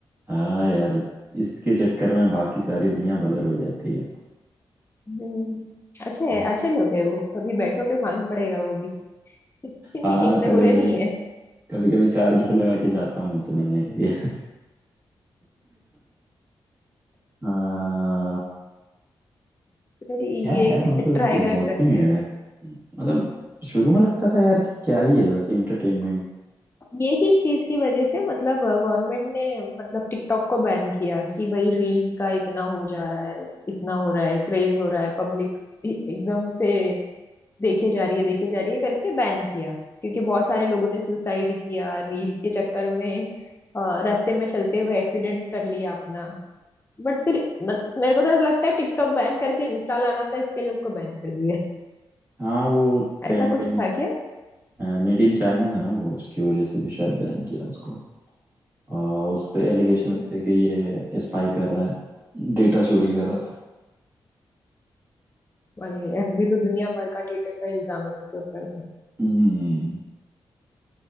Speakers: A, on the right (about 20°); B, on the left (about 25°).
A: हाँ यार इसके चक्कर में बाकी सारी दुनिया बलर हो जाती है
B: हम्म, अच्छे
A: <laughs> हाँ
B: अच्छे लोग है वो कभी बैठो के मालूम पड़ेगा वो भी <laughs> कि नहीं
A: हाँ
B: इतने
A: कभी
B: बुरे
A: कभी
B: नहीं है
A: कभी कभी चार्ज पे लगा के जाता हूँ उनसे मिलने के लिए <laughs> आ,
B: <laughs>
A: क्या
B: ये
A: है यार मतलब
B: ट्राई
A: एग्जॉस्टिंग
B: कर सकते
A: है
B: हो
A: यार मतलब शुरू में लगता था यार कि क्या ही है बस एंटरटेनमेंट
B: यही चीज की वजह से मतलब गवर्नमेंट ने मतलब टिकटॉक को बैन किया कि भाई रील का इतना हो जा रहा है इतना हो रहा है क्रेज हो रहा है पब्लिक एकदम से देखे जा रही है देखे जा रही है करके बैन किया क्योंकि बहुत सारे लोगों ने सुसाइड किया रील के चक्कर में अ, रास्ते में चलते हुए एक्सीडेंट कर लिया अपना बट फिर मत, मेरे को तो ऐसा लगता है टिकटॉक बैन करके इंस्टा लाना था इसके लिए उसको बैन कर दिया
A: हाँ वो कहीं
B: ऐसा
A: ना
B: कुछ
A: कहीं
B: था क्या
A: मेड इन चाइना था ना वो उसकी वजह से भी शायद बैन किया उसको आ, उस पे एलिगेशंस
B: हम्म,
A: थे कि ये स्पाई कर रहा है डेटा चोरी कर रहा
B: अरे एफबी तो दुनिया भर का डेटा का इल्जाम है उसके ऊपर तो।
A: हम्म